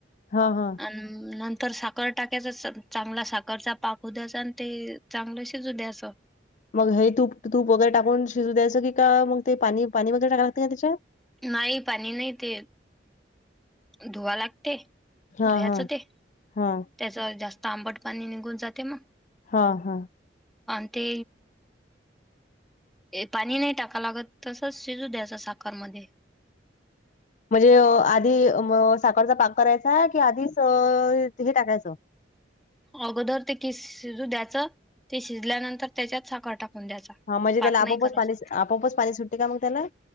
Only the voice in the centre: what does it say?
आन नंतर साखर टाकायच. चांगला साखरचा पाक हू द्यायच. अन ते चांगलं शिजू द्यायचं.
नाही पाणी नाही ते धुवा लागते.
धुयाचं
ते
त्याच जास्त आंबट पाणी निघून जाते मग.
अन ते ए पाणी नाही टाकाव लागत तसंच शिजू द्यायचं साखर मध्ये
अगोदर ते किस शिजू द्यायचं ते शिजल्यानंतर त्याच्यात साखर टाकून द्यायचा.
पाक
नाही करायचा